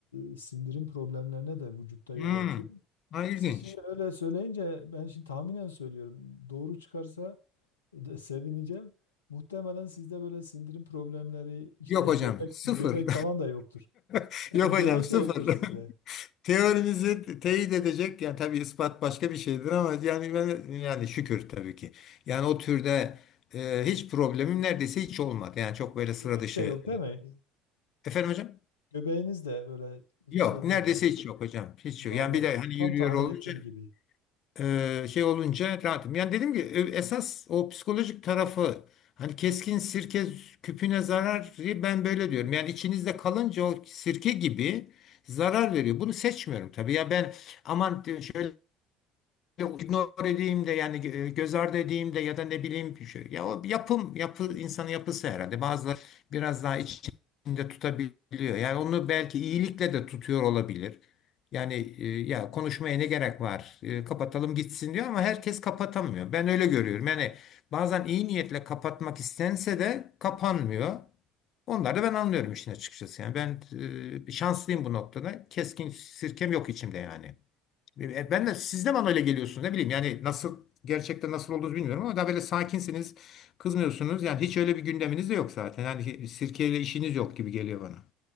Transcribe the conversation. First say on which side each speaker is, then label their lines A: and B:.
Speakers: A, on the left (about 80°); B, on the left (about 50°).
A: e, sindirim problemlerine de vücutta yol
B: hı. Hı.
A: açıyor.
B: Ha, ilginç.
A: Siz şimdi öyle söyleyince ben şimdi tahminen söylüyorum. Doğru çıkarsa e, de sevineceğim. Muhtemelen sizde böyle sindirim problemleri işte
B: Yok hocam
A: göbek
B: sıfır.
A: göbek falan da yoktur.
B: <laughs>
A: Değil
B: Yok
A: mi? Göbek
B: hocam sıfır.
A: de yoktur sizde.
B: <laughs> Teorinizi teyit edecek yani tabii ispat başka bir şeydir ama yani ben- yani şükür tabii ki. Yani o türde e, hiç problemim neredeyse hiç olmadı. Yani çok böyle sıra
A: Göbek
B: dışı.
A: de yok değil mi?
B: Efendim hocam?
A: Göbeğiniz de böyle
B: Yok
A: şey
B: neredeyse
A: değil yani.
B: hiç yok hocam. Hiç
A: Vallahi
B: yok. Yani bir de hani
A: tam
B: yürüyor
A: tahmin
B: olunca
A: ettiğim gibi.
B: e, şey olunca rahatım. Yani dedim ki e, esas o psikolojik tarafı hani keskin sirke küpüne zarar ben böyle diyorum. Yani içinizde kalınca o sirke gibi zarar veriyor. Bunu seçmiyorum tabii. Ya ben aman diyor, şöyle ignore edeyim de yani e, göz ardı edeyim de ya da ne bileyim bir şey. Ya o yapım yapı insanın yapısı herhalde. Bazıları biraz daha içinde tutabiliyor. Yani onu belki iyilikle de tutuyor olabilir. Yani e, ya konuşmaya ne gerek var? E, kapatalım gitsin diyor ama herkes kapatamıyor. Ben öyle görüyorum. Yani bazen iyi niyetle kapatmak istense de kapanmıyor. Onları da ben anlıyorum işin açıkçası. Yani ben e, şanslıyım bu noktada. Keskin sirkem yok içimde yani. E,
A: Evet.
B: e, Ben de siz de bana öyle geliyorsunuz ne bileyim yani nasıl gerçekten nasıl olduğunuzu bilmiyorum ama daha böyle sakinsiniz kızmıyorsunuz yani hiç öyle bir gündeminiz de yok zaten yani sirkeyle işiniz yok gibi geliyor bana.